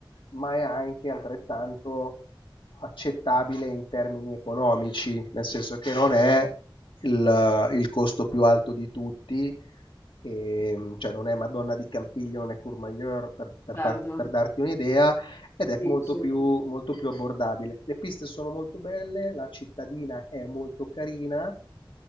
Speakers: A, on the left (about 75°); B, on the left (about 30°).
A: ma è anche altrettanto accettabile in termini economici, nel senso che non è il, il costo più alto di tutti, e, cioè non è Madonna di Campiglio, non è Courmayeur per, per,
B: Certo.
A: far- per darti un'idea, ed è
B: Sì,
A: molto
B: sì,
A: più,
B: sì.
A: molto più abbordabile. Le piste sono molto belle, la cittadina è molto carina